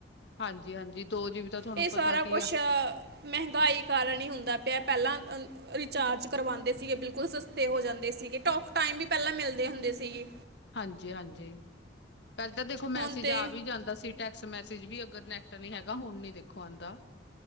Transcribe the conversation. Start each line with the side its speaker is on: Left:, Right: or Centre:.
Left: ਹਾਂਜੀ ਹਾਂਜੀ। ਦੋ ਜੀਬੀ ਤਾਂ ਤੁਹਾਨੂੰ
Right: ਇਹ
Left: ਪਤਾ
Right: ਸਾਰਾ
Left: ਕੀ
Right: ਕੁਛ
Left: ਆ
Right: ਮਹਿੰਗਾਈ ਕਾਰਨ ਹੀ ਹੁੰਦਾ ਪਿਆ, ਪਹਿਲਾਂ ਰਿਚਾਰਜ ਕਰਵਾਉਂਦੇ ਸੀਗੇ ਬਿਲਕੁਲ ਸਸਤੇ ਹੋ ਜਾਂਦੇ ਸੀਗੇ, ਟੋਕ ਟਾਈਮ ਵੀ ਪਹਿਲਾਂ ਮਿਲਦੇ ਹੁੰਦੇ ਸੀਂ।
Left: ਹਾਂਜੀ ਹਾਂਜੀ, ਪਹਿਲਾਂ ਤਾਂ ਦੇਖੋ
Right: ਹੁਣ
Left: ਮੈਸੇਜ
Right: ਤੇ
Left: ਆ ਵੀ ਜਾਂਦਾ ਸੀ। ਟੈਕਸਟ ਮੈਸੇਜ ਵੀ ਅਗਰ ਨੈਟ ਨੀ ਹੈਗਾ, ਹੁਣ ਨੀ ਦੇਖੋ ਆਉਂਦਾ।